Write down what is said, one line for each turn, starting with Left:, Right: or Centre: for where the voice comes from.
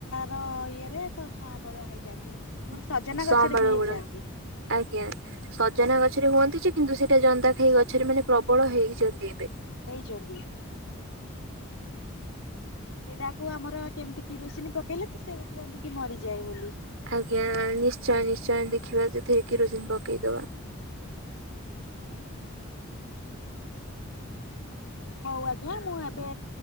Left: ର ଇଏରେ ତ ସଅଁ ବାଳୁଆ ହେଇଯାଆନ୍ତି। ଆମର
Right: ହୁଁ
Left: ସଜନା
Right: ସଅଁ
Left: ଗଛରେ
Right: ବଳୁଆ
Left: ବି ହେଇଯାଆନ୍ତି
Right: ଗୁଡ଼ା ଆଜ୍ଞା ସଜନା
Left: ହଁ।
Right: ଗଛ ଗଛରେ ହୁଅନ୍ତି ଯେ କିନ୍ତୁ ସେଇଟା ଜନ୍ଦା ଖାଇ ଗଛରେ ମାନେ ପ୍ରବଳ ହେଇଛନ୍ତି ଏବେ।
Left: ହେଇଛନ୍ତି ଆଜ୍ଞା। ସେଇଟାକୁ ଆମର କେମିତି କିରୋସିନ ପକେଇଲେ ତ ସେ କୁହନ୍ତି କି ମରିଯାଏ ବୋଲି।
Right: ଆଜ୍ଞା ନିଶ୍ଚୟ ନିଶ୍ଚୟ ଦେଖିବା ସେଥେରେ କିରୋସିିନ ପକେଇଦବା।
Left: ହଉ ଆଜ୍ଞା ମୁଁ ଏବେ